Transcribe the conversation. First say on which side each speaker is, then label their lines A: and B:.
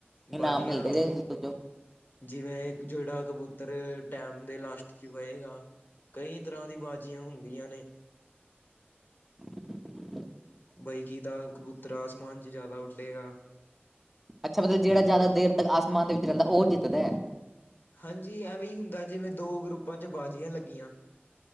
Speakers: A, in the centre; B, on the left.
A: ਇਨਾਮ
B: ਬਾਜੀਆਂ
A: ਮਿਲਦੇ ਜੇ ਜੋ
B: ਜਿਵੇਂ, ਜਿਹੜਾ ਕਬੂਤਰ ਟੈਮ ਦੇ ਲਾਸਟ ਵਹੇਗਾ ਕਈ ਤਰ੍ਹਾਂ ਦੀ, ਬਾਜ਼ੀਆਂ ਹੁੰਦੀਆਂ ਨੇ।
A: ਅ। <inaudible>
B: ਬਈਕੀ ਤਾਂ, ਕਬੂਤਰ ਆਸਮਾਨ'ਚ ਜ਼ਿਆਦਾ ਉੱਡੇਗਾ।
A: ਅੱਛਾ, ਮਤਲਬ ਜਿਹੜਾ ਜ਼ਿਆਦਾ ਦੇਰ ਤੱਕ ਆਸਮਾਨ ਦੇ ਵਿੱਚ ਰਹਿੰਦਾ, ਉਹ ਜਿੱਤਦਾ ਹੈ।
B: ਹਾਂਜੀ, ਐਵੇਂ ਹੀ ਹੁੰਦਾ, ਜਿਵੇਂ ਦੋ ਗਰੁੱਪਾਂ'ਚ ਬਾਜ਼ੀਆ ਲੱਗੀਆਂ